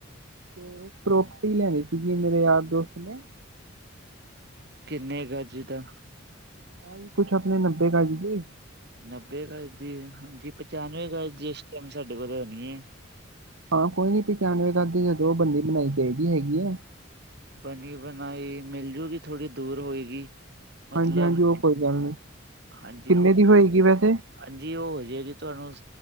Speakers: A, on the right; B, on the right.
A: ਤੇ ਪ੍ਰੋਪਰਟੀ ਲੈਣੀ ਸੀਗੀ ਮੇਰੇ ਯਾਰ ਦੋਸਤ ਨੇ
B: ਕਿੰਨੇ ਗਜ ਦਾ
A: ਹਾਂਜੀ, ਕੁੱਛ ਆਪਣੇ ਨੱਬੇ ਕਜਦੀ।
B: ਨੱਬੇ ਗਜ ਦੀ ਹਾਂਜੀ ਪਚਾਨਵੇਂ ਗਜ਼ ਇਸ ਟਾਈਮ ਸਾਡੇ ਕੋਲ ਹੋਣੀ ਹੈ।
A: ਹਾਂ ਕੋਈ ਨੀ ਪਚਾਨਵੇਂ ਗਜ ਦੀ ਜਦੋਂ ਬੰਦੀ ਬਣਾਈ ਚਾਹੀਦੀ ਹੈਗੀ ਹੈ।
B: ਬਣੀ ਬਣਾਈ ਮਿਲਜੂਗੀ, ਥੋੜੀ ਦੂਰ ਹੋਏਗੀ। ਮਤਲਬ
A: ਹਾਂਜੀ, ਹਾਂਜੀ ਉਹ ਕੋਈ ਗੱਲ ਨਹੀ‌
B: ਹਾਂਜੀ
A: ਕਿੰਨੇ
B: ਹੋ
A: ਦੀ ਹੋਏਗੀ ਵੈਸੇ
B: ਹਾਂਜੀ ਉਹ ਹੋ ਜਾਏਗੀ ਤੁਹਾਨੂੰ